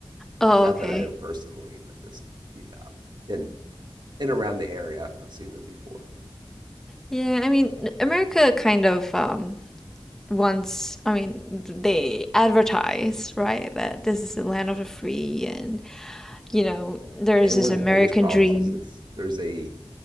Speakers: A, in the centre; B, on the right.
A: Oh,
B: Not
A: okay.
B: that I know personally, but just you know, in in around the area, I've seen them before. But
A: Yeah, I mean,
B: um,
A: America kind of um once i mean they advertise right that this is the land of the free and you know there
B: and
A: is this
B: one of
A: american
B: the biggest problems
A: dream
B: is is there's a